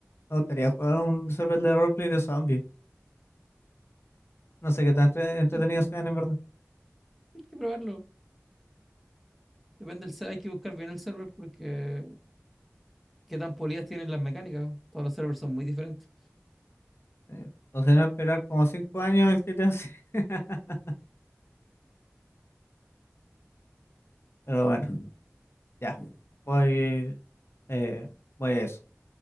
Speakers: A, on the left; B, in the centre.
A: Me gustaría jugar un server de roleplay de zombies. No sé qué tan entre-
B: Mm,
A: entretenidos
B: ten-
A: sean, en verdad.
B: Hay que probarlo. Depende del ser- hay que buscar bien el server porque qué tan polidas tienen las mecánicas. Todos los servers son muy diferentes.
A: Eh, o no esperar como cinco años el GTA, sí. <laughs> Pero bueno, ya. Voy, eh, voy a eso.